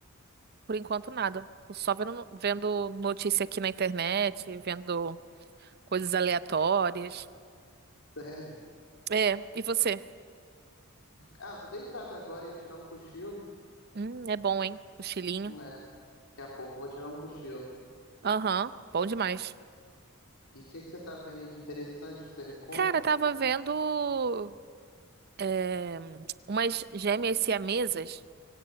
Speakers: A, on the right; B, on the left.
A: por enquanto nada. Tô só vendo, vendo notícia aqui na internet, vendo coisas aleatórias.
B: Sério?
A: É, e você?
B: Ah, eu tô deitado agora, ia tirar um cochilo.
A: Hum, é bom, hein? O chilinho.
B: Não é, daqui a pouco eu vou tirar um cochilo.
A: Aham, bom demais.
B: E o que que você tá vendo aí de interessante que você me conta?
A: Cara, tava vendo é, umas gêmeas siamesas